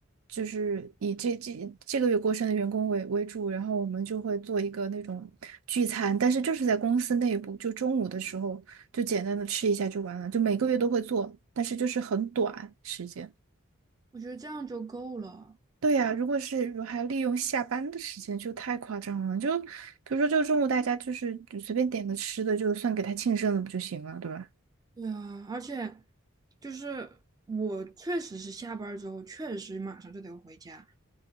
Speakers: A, on the right; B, on the right.
A: 就是以这这这个月过生日的员工为为主，然后我们就会做一个那种聚餐，但是就是在公司内部，就中午的时候就简单的吃一下就完了，就每个月都会做，但是就是很短时间。
B: 我觉得这样就够了。
A: 对呀，如果是如还利用下班的时间，就太夸张了。就比如说，就中午大家就是就随便点个吃的，就算给他庆生了，不就行了，对吧？
B: 对啊，而且就是我确实是下班儿之后，确实马上就得回家，